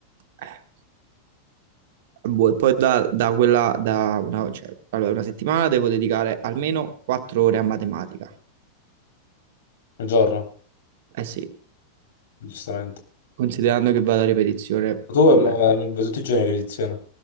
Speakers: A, on the right (about 55°); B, on the left (about 60°).
A: Eh, boh, e poi da, da quella, da una, cioè, allora, una settimana devo dedicare almeno 4 ore a matematica.
B: nel giorno,
A: Eh sì,
B: giustamente.
A: considerando che vado a ripetizione
B: Tu
A: pure.
B: eh, ma- ma- tutti i giorni di ripetizione.